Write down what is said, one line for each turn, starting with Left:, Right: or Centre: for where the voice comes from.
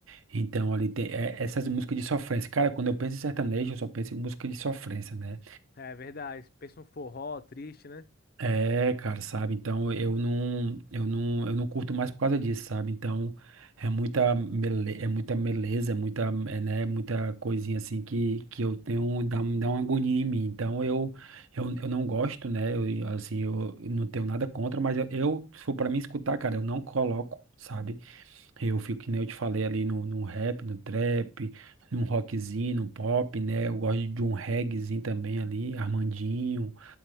Right: então ali tem é, essas músicas de sofrência, cara, quando eu penso em sertanejo, eu só penso em música de sofrência, né,
Left: É verdade. Pensa um forró triste, né?
Right: é, cara, sabe? Então eu não, eu não, eu não curto mais por causa disso, sabe? Então é muita mele, é muita meleza, é muita, é, né, muita coisinha assim que, que eu tenho dá, um- dá uma agonia em mim. Então eu, eu, eu não gosto, né? Eu, assim, eu não tenho nada contra, mas eu, eu se for para mim escutar, cara, eu não coloco, sabe? Eu fico que nem eu te falei ali no, no rap, no trap, num rockzinho, no pop, né? Eu gosto de um reggaezinho também ali, Armandinho